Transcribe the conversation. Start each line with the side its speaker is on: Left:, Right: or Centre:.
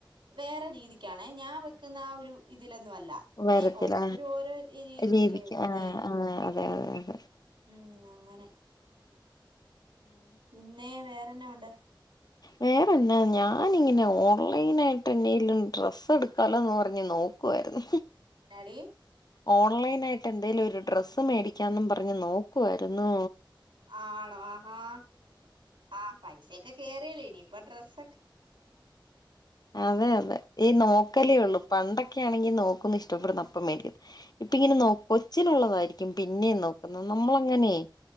Right: വേറെ രീതിക്കാണ് ഞാൻ വെക്കുന്ന ആ ഒരു ഇതിലൊന്നും അല്ല
Left: വരത്തില്ല
Right: ഏ ഓരോരുത്തരും ഓരോ രീതിക്കല്ലേ
Left: വേവിക്ക
Right: വെക്കുന്നേ
Left: ആ ആ അതെ അതെ അതെ
Right: ഉം അങ്ങനെ പിന്നെ വേറെ പിന്നെ എന്നാഉണ്ട്
Left: വേറെന്നാ ഞാനിങ്ങനെ ഓൺലൈൻ ആയിട്ട് എതെലും ഡ്രസ് എടുക്കാലോന്ന് പറഞ്ഞ് നോക്കുവായിരുന്നു
Right: എന്നാടി
Left: ഓൺലൈൻ ആയിട്ട് എന്തേങ്കലും ഒരു ഡ്രസ്സ് മേടിക്കാെന്നും പറഞ്ഞ് നോക്കുായിരുന്നു
Right: ആണോ ആഹാ ആഹ് പൈസക്കെ കേറിയല്ലോ ഇനി ഇപ്പൊ ഡ്രസ്
Left: അതെ അതെ ഈ നോക്കലേള്ളു
Right: ഉം
Left: പണ്ടോ ഒക്കെ ആണെങ്കി നോക്കുന്നു ഇഷ്ടപ്പെടുന്ന അപ്പം മേടികും ഇപ്പ ഇങ്ങനെ കൊച്ചിനുള്ളതായിരിക്കും പിന്നെയ നോക്കുന്നത് നമ്മള അങ്ങനെയെ